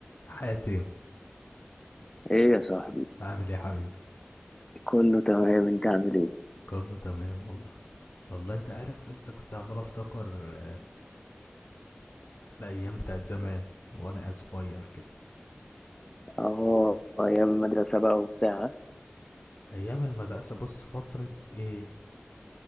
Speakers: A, on the left; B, on the left.
A: حاتم
B: ايه يا صاحبي
A: عامل ايه يا حبيبي
B: كله تمام انت عامل ايه
A: كله تمام والله والله انت عارف لسه كنت عمال افتكر آه، الايام بتاعت زمان وانا صغير كده
B: اه ايام المدرسه بقى وبتاع
A: ايام المدرسه بص فتره ايه